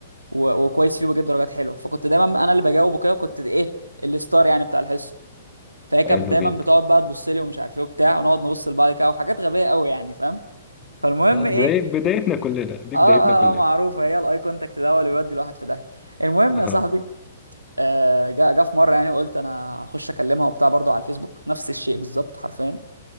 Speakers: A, on the right; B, on the left.
A: و... وكويس فيه وبجيب درجات حلوه فكنت دايما انا اللي بجاوب وكده كنت ايه الستار يعني بتاع الحصه فهي كانت
B: حلو
A: دايما
B: جدا
A: بتقعد بقى تبص لي ومش عارف ايه وبتاع ونقعد نبص لبعض كده وحاجات غبيه قوي يعني فاهم فالمهم
B: <laughs> بداية
A: ايه
B: بدايتنا كلنا دي
A: اه
B: بدايتنا
A: اه
B: كلنا
A: اه معروفه هي الاي كونتاكت ده هو اللي بيودي الواحد في داهيه المهم
B: آه.
A: يا صاحبي آه جا جا في مره يعني قلت انا هخش اكلمها وبتاع برضو على الفيسبوك نفس الشيء بالظبط حرفيا